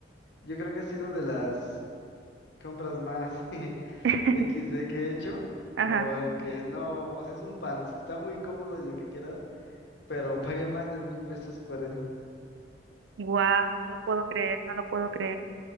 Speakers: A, on the left (about 65°); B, on the right (about 75°).
A: Yo creo que ha sido de las compras más <laughs>
B: <laughs>
A: equis de que he hecho
B: Ajá.
A: porque no, o sea, es un pants, está muy cómodo y lo que quieras pero pagué más de mil pesos por él.
B: Wow, no lo puedo creer, no lo puedo creer.